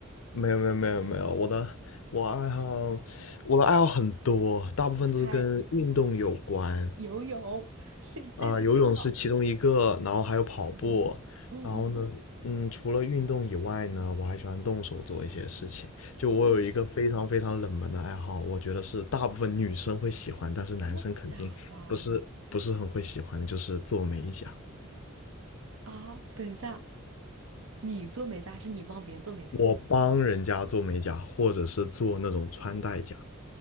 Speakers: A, on the left (about 75°); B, on the right (about 70°).
A: 没有，没有，没有，没有，我的我爱好，我的爱好很多，大部分都是跟运动有关。
B: <laughs> 猜游泳 <laughs> 是你最大的爱好。
A: 啊、游泳是其中一个，然后还有跑步，
B: 哦，嗯嗯，
A: 然后呢，嗯，除了运动以外呢，我还喜欢动手做一些事情。就我有一个非常非常冷门的爱好，
B: 动手，
A: 我觉得是大部分女生会喜欢，但是男生肯定不是不是很会喜欢的，
B: 真的假的
A: 就是做美甲。
B: 啊？等一下，你做美甲还是你帮别人做美甲？
A: 我帮人家做美甲，或者是做那种穿戴甲。